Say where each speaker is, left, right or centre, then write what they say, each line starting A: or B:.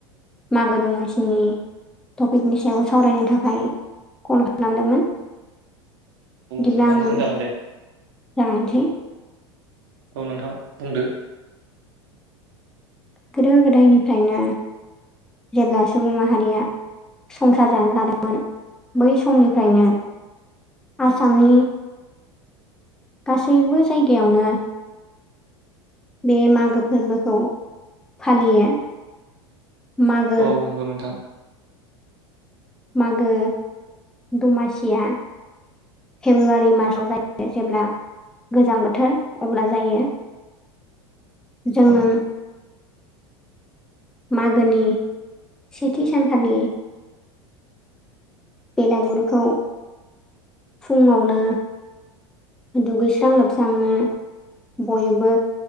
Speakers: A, in the centre; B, on the right.
A: मागो दमासिनि टपिकनि सायाव सावरायनो थाखाय कल खालामदोंमोन बिदिब्ला
B: नोंथां
A: आं
B: बुंजागोन
A: जागायनोसै
B: दे औ नोंथां बुंदो
A: गोदो गोदायनिफ्रायनो जेब्ला सुबुं माहारिया संसार जानो लादोंमोन बै समनिफ्रायनो आसामनि गासैबो जायगायावनो बे मागो फोरबोखौ फालियो मागो
B: औ नंगौ नोंथां
A: मागो दमासिया फेब्रुवारि मार्चआव जायो जेब्ला गोजां बोथोर अब्ला जायो जोङो
B: औ
A: मागोनि सेथि सानखालि बेलागुरखौ फुंङावनो दुगैस्रां लोबस्रांनो बयबो